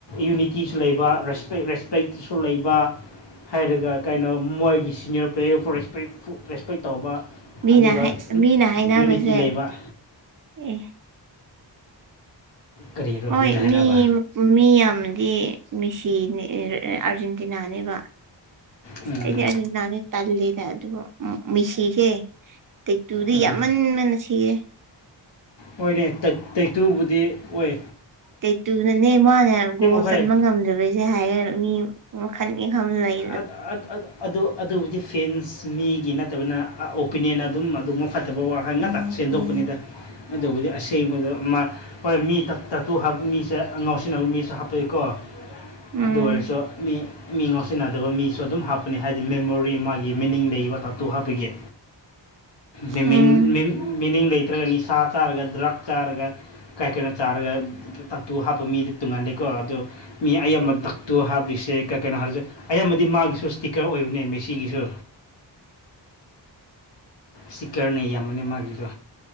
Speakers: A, on the left (about 65°); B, on the right (about 45°).
A: ꯌꯨꯅꯤꯇꯤꯁꯨ ꯂꯩꯕ ꯔꯦꯁꯄꯦꯛꯇꯁꯨ ꯂꯩꯕ ꯍꯥꯏꯔꯒ ꯀꯩꯅꯣ ꯃꯣꯏꯒꯤ senior player for respect respect ꯇꯧꯕ
B: ꯃꯤꯅ
A: ꯑꯗꯨꯒ
B: ꯃꯤꯅ ꯍꯥꯏꯅꯕꯁꯦ
A: ꯌꯨꯅꯤꯇꯤ ꯂꯩꯕ
B: ꯑꯦ
A: ꯀꯔꯤꯔꯣ
B: ꯍꯣꯏ
A: ꯃꯤꯅ ꯍꯥꯏꯅꯕ
B: ꯃꯤꯝ ꯃꯤ ꯌꯥꯝꯗꯤ ꯃꯤꯁꯤꯅꯦ ꯑꯦ ꯑꯦ ꯑꯥꯔꯖꯦꯟꯇꯤꯅꯥꯅꯦꯕ
A: ꯎꯝ
B: ꯑꯩꯗꯤ ꯑꯔꯖꯦꯟꯇꯤꯅꯥꯗꯤ ꯇꯜꯂꯤꯗ ꯑꯗꯨꯕꯨ ꯎꯪ ꯃꯦꯁꯤꯖꯦ ꯇꯦꯛꯇꯨꯗꯤ
A: ꯎꯝ
B: ꯌꯥꯝꯃꯟꯕꯅ ꯁꯤꯌꯦ
A: ꯍꯣꯏꯅꯦ ꯇꯦꯠ ꯇꯦꯇꯨꯕꯨꯗꯤ ꯑꯣꯏ
B: ꯇꯦꯇꯨꯅꯅꯦ ꯃꯥꯅ ꯒꯣꯜ
A: ꯍꯣꯏ
B: ꯆꯟꯕ ꯉꯝꯗꯕꯁꯦ ꯍꯥꯏꯔ ꯃꯤ ꯃꯈꯟꯅꯤ ꯈꯝ ꯂꯩ
A: ꯑꯠ ꯑꯠ ꯑꯠ ꯑꯗꯨ ꯑꯗꯨꯕꯨꯗꯤ ꯐꯦꯟꯁ ꯃꯤꯒꯤ ꯅꯠꯇꯕꯅ ꯑꯣꯄꯤꯅꯤꯌꯟ ꯑꯗꯨꯝ ꯑꯗꯨꯝꯃ ꯐꯠ ꯋꯥꯈꯩꯟ ꯉꯥꯛꯇ ꯁꯦꯟꯗꯣꯛꯄꯅꯤꯗ
B: <inaudible>
A: ꯑꯗꯨꯕꯨꯗꯤ ꯑꯁ ꯁꯤꯕꯗ ꯃꯥ ꯍꯣꯏ ꯃꯤ ꯇꯞ ꯇꯇꯨ ꯍꯥꯞꯄ ꯃꯤꯁꯦ ꯉꯥꯎꯁꯤꯟꯅꯕ ꯃꯤꯁꯨ ꯍꯥꯞꯄꯏꯀꯣ
B: ꯎꯝ
A: ꯑꯗꯨ ꯑꯣꯏꯔꯁꯨ ꯃꯤ ꯃꯤꯉꯥꯎꯁ ꯁꯤꯟꯅꯗꯕ ꯃꯤꯁꯨ ꯑꯗꯨꯝ ꯍꯥꯞꯄꯅꯤ ꯍꯥꯏꯗꯤ ꯃꯦꯃꯣꯔꯤ ꯃꯥꯒꯤ ꯃꯤꯅꯤꯡ ꯂꯩꯕ ꯇꯥꯇꯨ ꯍꯥꯞꯄꯒꯤ ꯃꯤꯅꯤꯡ
B: ꯎꯝ
A: ꯃꯤꯝ ꯃꯤꯅꯤꯡ ꯂꯩꯇ꯭ꯔꯒ ꯅꯤꯁꯥ ꯆꯥꯔꯒ ꯗ꯭ꯔꯛ ꯆꯥꯔꯒ ꯀꯥꯏ ꯀꯩꯅꯣ ꯆꯥꯔꯒ ꯇꯥꯇꯨ ꯍꯥꯞꯄ ꯃꯤꯗꯤ ꯇꯨꯡꯉꯥꯟꯂꯦꯀꯣ ꯑꯗꯨ ꯃꯤ ꯑꯌꯥꯝꯕ ꯗꯛꯇꯨ ꯍꯥꯞꯄꯤꯁꯦ ꯀꯩ ꯀꯩꯅꯣ ꯍꯥꯏꯔꯤꯖꯦ ꯑꯌꯥꯝꯕꯗꯤ ꯃꯥꯒꯤꯁꯨ ꯁ꯭ꯇꯤꯀꯔ ꯑꯣꯏꯕꯅꯦ ꯃꯦꯁꯤꯒꯤꯁꯨ ꯁꯤꯀꯔꯅ ꯌꯥꯝꯕꯅꯦ ꯃꯥꯒꯤꯗꯣ